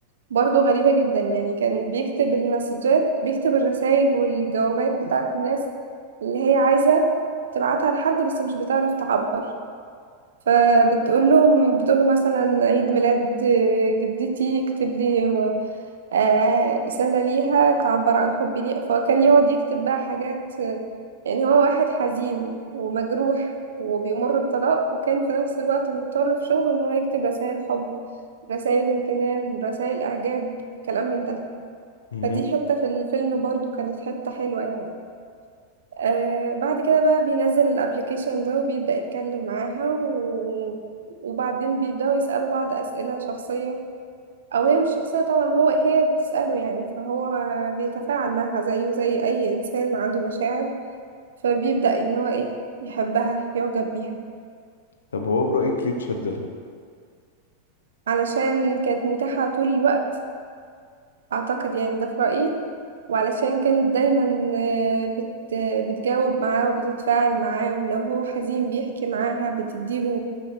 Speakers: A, on the right; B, on the left.
A: برضو غريبة جدا يعني كان بيكتب المسجات بيكتب الرسائل والجوابات بتاعت الناس اللي هي عايزة تبعتها لحد بس مش بتعرف تعبر فبتقول لهم بتقول له مثلا عيد ميلاد جدتي اكتب لي آه، رسالة ليها تعبر عن حبي ليها فكان يقعد يكتب بقى حاجات يعني هو واحد حزين ومجروح وبيمر بطلاق وكان في نفس الوقت مضطر في شغله ان هو يكتب رسائل حب رسائل امتنان رسائل اعجاب كلام من ده
B: مهم.
A: فدي حتة في الفيلم برضو كانت حتة حلوة يعني آه بعد كده بقى بينزل الابليكيشن ده وبيبدأ يتكلم معاها و... وبعدين بيبدأوا يسألوا بعض أسئلة شخصية أو هي مش شخصية طبعا هو هي بتسأله يعني فهو بيتفاعل معاها زيه زي أي إنسان عنده مشاعر فبيبدأ إن هو إيه يحبها يعجب بيها
B: طب هو برايك ليه اتشد لها
A: علشان كانت متاحة طول الوقت أعتقد يعني ده في رأيي وعلشان كانت دايما آه، بت... بتجاوب معاه وبتتفاعل معاه ولو هو حزين بيحكي معاها بتديله